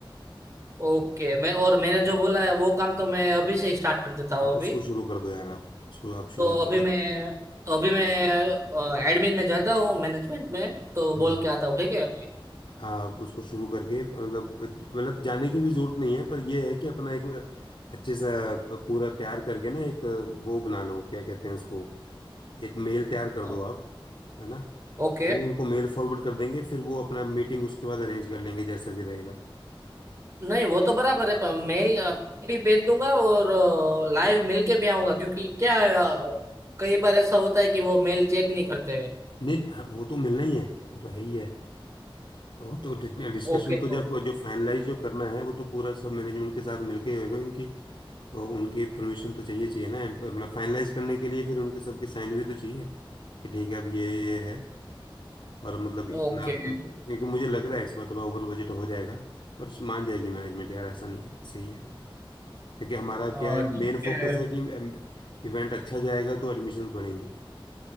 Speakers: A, on the right; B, on the left.
A: Okay मैं और मैंने जो बोला है वो काम तो मैं अभी से स्टार्ट कर देता हूँ
B: आप
A: अभी
B: उसको शुरू कर दो यार आप उसको आप शुरू
A: तो
B: कर
A: अभी
B: दो
A: मैं तो अभी मैं एडमिन में जाता हूँ मैनेजमेंट में तो
B: हम्म
A: बोल के आता हूँ ठीक है
B: आप उसको शुरू करके मतलब मतलब जाने की भी जरूरत नहीं है पर यह है कि अपना एक अच्छे सा पूरा तैयार करके ना एक वो बना लो क्या कहते हैं उसको एक मेल तैयार कर
A: हाँ,
B: दो आप है ना
A: ओके
B: वो उनको मेल फॉरवर्ड कर देंगे फिर वो अपना मीटिंग उसके बाद अरेंज कर लेंगे जैसा भी रहेगा
A: नहीं वो तो बराबर है पर मेल अ, भी भेज दूंगा और लाइव मिल के भी आऊंगा क्योंकि क्या है, अ, कई बार ऐसा होता है कि वो मेल चेक नहीं करते हैं
B: नहीं हाँ, वो तो मिलना ही है वो तो है ही है वो तो डिस्कशन
A: ओके
B: तो जब
A: तो
B: जो फाइनलाइज जो करना है वो तो पूरा सब मैनेजमेंट के साथ मिलके ही होगा क्योंकि अ, उनकी परमिशन तो चाहिए चाहिए ना And, मतलब फाइनलाइज करने के लिए फिर उनके सबके साइन भी तो चाहिए कि ठीक है अब ये ये है और मतलब इतना
A: ओके
B: अब- अब- क्योंकि मुझे लग रहा है इस बार थोड़ा ओवर बजट हो जाएगा पर मान जाएगी मैनेजमेंट यार ऐसा नहीं है सही है वो क्योंकि हमारा
A: अ,
B: क्या है
A: ठीक
B: मेन फोकस
A: है
B: है कि इवेंट अच्छा जाएगा तो एडमिशन्स बढ़ेंगी